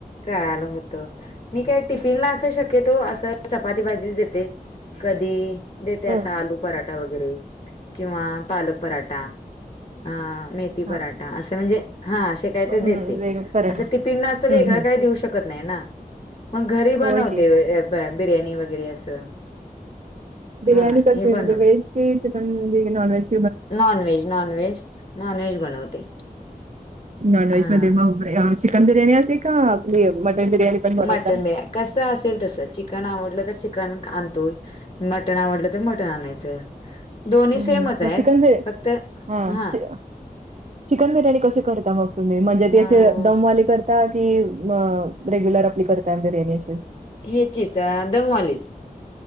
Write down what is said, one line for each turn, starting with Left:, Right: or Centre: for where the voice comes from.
Left: करायला होत. मी काय टिफिनला असं शक्यतो असं, चपाती भाजीच देते. कधी, देते
Right: हम्म
Left: अस आलू पराठा वगैरे किंवा पालक पराठा, आ मेथी पराठा
Right: हा
Left: असे म्हणजे हा असे काय तर
Right: हम्म
Left: देते,
Right: वेग पराठा
Left: अस टिफीनला अस वेगळं
Right: हम्म हम्म.
Left: काय देऊ शकत नाही ना. मग घरी
Right: होय
Left: बनवते
Right: की.
Left: बिर्याणी वगैरे असं.
Right: बिर्याणी
Left: हां,
Right: कशी
Left: हे बनव
Right: म्हणजे व्हेज, की chicken non veg.
Left: Non veg, non veg, non veg बनवते.
Right: नॉन व्हेज
Left: हां,
Right: मध्ये मग चिकन बिर्याणी असते का आपली मटन बिर्याणी. पण बनवता?
Left: मटन, बी कसं असेल तस, चिकन आवडलं तर चिकन आणतोय. मटण आवडलं तर मटण आणायचं. दोन्ही
Right: हम्म
Left: सेमच
Right: हम्म
Left: आहेत.
Right: मग चिकन बिर्या
Left: फक्त
Right: हा
Left: हां,
Right: चिक चिकन बिर्याणी कशी करता मग तुम्ही, म्हणजे
Left: अ,
Right: ते असे दमवाली कर ता की, रेग्युलर आपली करताय बिर्याणी अशी?
Left: येचीच दमवालीच.